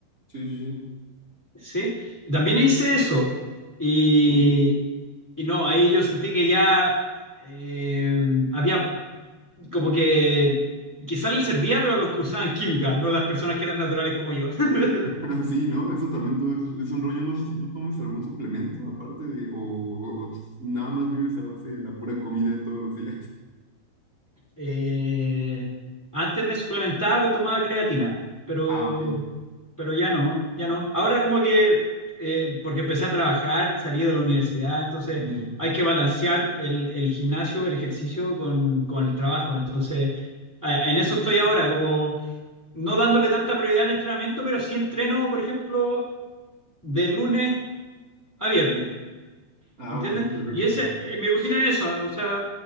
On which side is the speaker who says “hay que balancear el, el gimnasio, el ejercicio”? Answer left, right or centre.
Centre